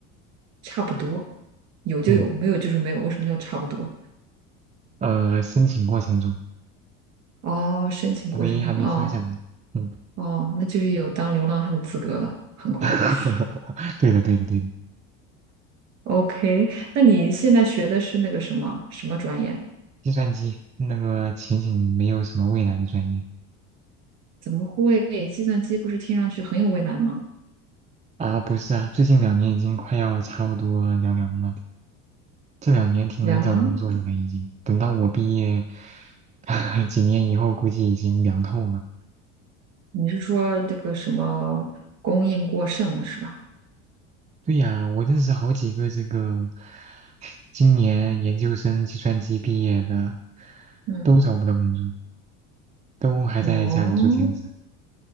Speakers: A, on the right (about 50°); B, on the right (about 20°).
A: 差不多，有就有，
B: 嗯，
A: 没有就是没有。为什么叫差不多？
B: 呃，申请过程中
A: 哦，申请过程中，
B: 还没还没发下来。
A: 哦
B: 嗯，
A: 哦，那就是有当流浪汉的资格了，很快。
B: <laughs>
A: <laughs>
B: 对的对的对的，
A: OK，那你现在学的是那个什么什么专业？
B: 计算机那个前景没有什么未来的专业。
A: 怎么会？计算机不是听上去很有未来吗？
B: 啊，不是啊，最近两年已经快要差不多凉凉了。这两年挺难找工作的了，
A: 凉凉，
B: 已经。等到我毕业 <laughs> 几年以后，估计已经凉透了。
A: 你是说这个什么供应过剩了是吧？
B: 对呀，我认识好几个这个今年研究生计算机毕业的，
A: 嗯，
B: 都找不到工作，都还在家里做兼职
A: 哦，